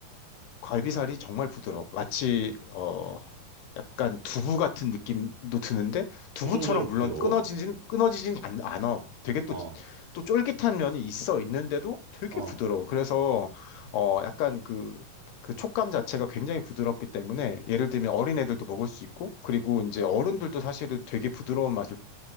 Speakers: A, on the left; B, on the right.
A: 갈비살이 정말 부드러워. 마치 어, 약간 두부 같은 느낌도 드는데 두부처럼
B: 그 정도로
A: 물론
B: 부드러워?
A: 끊어지진 끊어지진 않, 않아. 되게 또
B: 어.
A: 또 쫄깃한 면이 있어 있는데도 되게
B: 어.
A: 부드러워. 그래서 어 약간 그 그 촉감 자체가 굉장히 부드럽기 때문에 예를 들면 어린애들도 먹을 수 있고 그리고 이제 어른들도 사실은 되게 부드러운 맛을